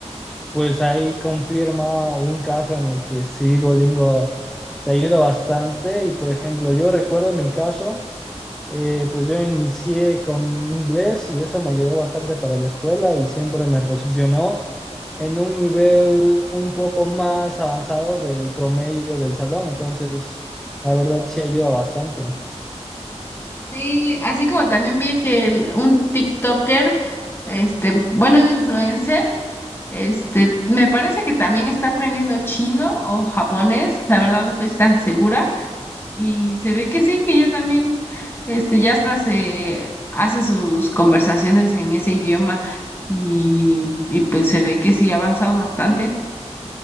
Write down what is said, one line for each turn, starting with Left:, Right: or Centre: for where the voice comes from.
Centre: pues ahí confirma un caso en el que sí Duolingo te ayuda bastante y por ejemplo yo recuerdo en mi caso eh, pues yo inicié con inglés y eso me ayudó bastante para la escuela y siempre me posicionó en un nivel un poco más avanzado del promedio del salón, entonces la verdad sí ayuda bastante.
Left: Sí, así como también vi que el- un TikToker, este, bueno, un influencer, este, me parece que también está aprendiendo chino o japonés, la verdad no estoy tan segura, y se ve que sí, que ya también, este, ya hasta se hace sus conversaciones en ese idioma, y, y pues se ve que sí ha avanzado bastante.